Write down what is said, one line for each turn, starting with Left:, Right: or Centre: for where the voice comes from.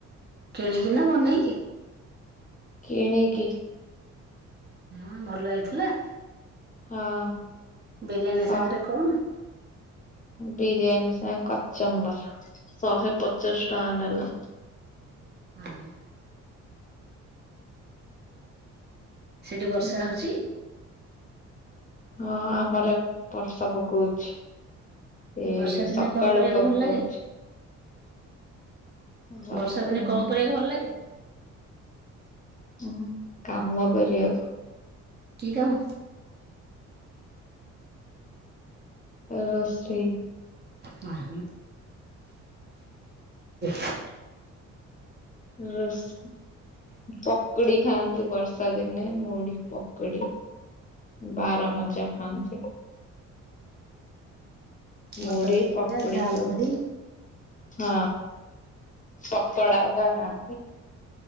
Right: କିଣିକି ନା ବନେଇକି?
Left: କିଣିକି
Right: ହଁ ଭଲ ହେଇଥିଲା।
Left: ହଁ
Right: ବିରିୟାନୀ
Left: ସ
Right: ସାଙ୍ଗରେ କଣ?
Left: ବିରିୟାନୀ ସାଙ୍ଗେ କଚମ୍ବର ଶହେ ପଚାଶ ଟଙ୍କା ନେଲା
Right: ହଁ ସେଠି ବର୍ଷା
Left: ହୁଁ।
Right: ହଉଛି?
Left: ହଁ ଆମର ବର୍ଷା ପକଉଛି। ଏଇ
Right: ବର୍ଷା ଦିନେ
Left: ସକାଳୁ
Right: କଣ କରିବାକୁ
Left: ପକାଉଛି
Right: ଭଲ ଲାଗେ?
Left: ବର୍ଷ
Right: ବର୍ଷା ଦିନେ
Left: ଦିନ
Right: କଣ କରିବାକୁ ଭଲ ଲାଗେ?
Left: ହୁଁ କାମ କରିବାକୁ
Right: କି କାମ?
Left: ରୋଷେଇ
Right: ହ ହ <unintelligible>
Left: ରସ୍ ପକୁଡି ଖାଆନ୍ତି ବର୍ଷା ଦିନେ ମୁଢ ପକୁଡି ବାର ମଜା ଖାନ୍ତି
Right: ମଟର
Left: ମୁଢି
Right: ସିଝା,
Left: ପକୁଡି
Right: ଝାଲ
Left: ସବୁ।
Right: ମୁଢି,
Left: ହଁ ପକଡା କା ଖାନ୍ତି।